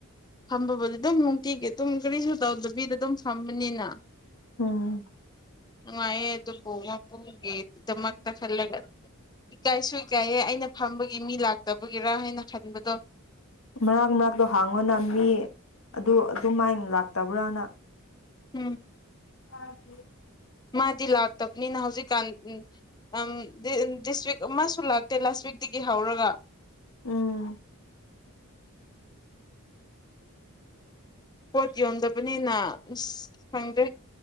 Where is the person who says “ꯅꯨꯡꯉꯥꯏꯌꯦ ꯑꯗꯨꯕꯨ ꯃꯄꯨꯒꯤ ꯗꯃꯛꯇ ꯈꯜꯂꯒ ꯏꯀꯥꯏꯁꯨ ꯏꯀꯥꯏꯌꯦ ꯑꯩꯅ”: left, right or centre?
Left